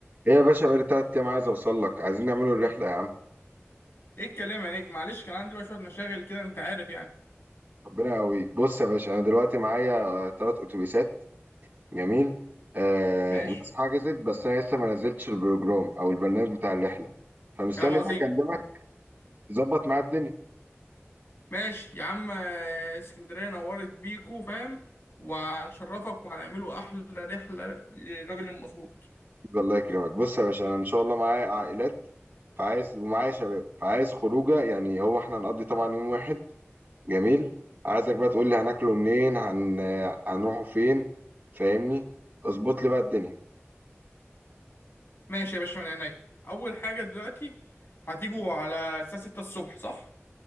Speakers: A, on the right; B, on the left.
A: ايه يا باشا بقالي تلات أيام عايز أوصل لك عايزين نعملوا الرحلة يا عم
B: ايه الكلام يا نجم معلش كان عندي بقى شويه مشاغل كده انت عارف يعني
A: ربنا يقويك بص يا باشا أنا دلوقتي معايا آه، تلات أتوبيسات جميل آه
B: ماشي
A: الناس حجزت بس أنا لسه ما نزلتش البروجرام أو البرنامج بتاع الرحلة فمستني
B: كلام عظيم
A: بقى أكلمك ظبط معايا الدنيا
B: ماشي يا عم آه، اسكندريه نورت بيكو فاهم وهنشرفك وهنعمله احلى رحله للراجل المظبوط
A: الله يكرمك بص يا باشا أنا إن شاء الله معايا عائلات فعايز ومعايا شباب فعايز خروجة يعني هو إحنا هنقضي طبعا يوم واحد جميل عايزك بقى تقول لي هناكله منين هن... هنروحوا فين فاهمني اظبط لي بقى الدنيا
B: ماشي يا باشا من عينيا اول حاجه دلوقتي هتيجوا على الساعه 6 الصبح صح